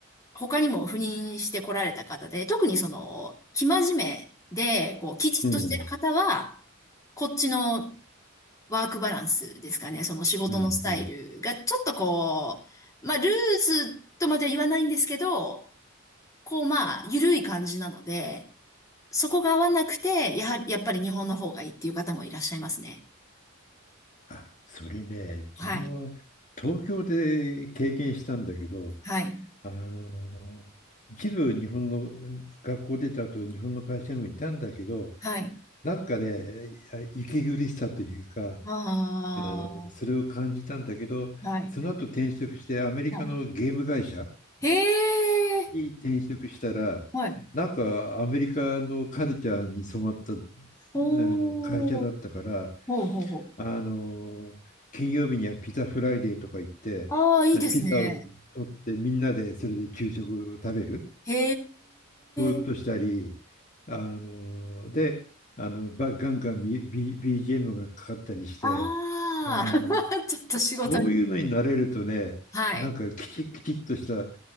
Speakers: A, on the left; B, on the left.
A: 他にも赴任してこられた方で、特にその、生真面目で、こう、きちっとしてる方は、
B: うんうん、うん
A: こっちのワークバランスですかね、その仕事のスタイルが、
B: うんうん
A: ちょっとこう、まあ、ルーズとまでは言わないんですけど、こう、まあ、緩い感じなので、そこが合わなくて、やはり、やっぱり日本の方がいいっていう方もいらっしゃいますね。
B: あ、それね、
A: はい。
B: 自分は東京で経験したんだけど、
A: はい。
B: あの、一部日本の学校出た後、日本の会社にもいたんだけど、
A: はい。
B: なんかね、あ息苦しさというか、
A: あ
B: あの、それを感じたんだけど、
A: あ、はい。
B: その後転職してアメリカのゲーム会社
A: はい。へえ、
B: に転職したら、
A: はい。
B: なんかアメリカのカルチャーに染まったあ
A: おー、
B: の会社だったから、
A: ほうほうほう。
B: あの、金曜日にはピザフライデーとか言って、
A: ああ、いいですね。
B: ピザを取ってみんなでそれで給食を食べる、
A: へ
B: そういうことしたり、
A: え、
B: あの、で、あの、ばガンガン、B、B- g m がかかったりして、
A: ああ、
B: あの、
A: <laughs> ちょっと仕事に。
B: そういうのに慣れるとね、
A: <laughs> はい。
B: なんかきちっきちっとした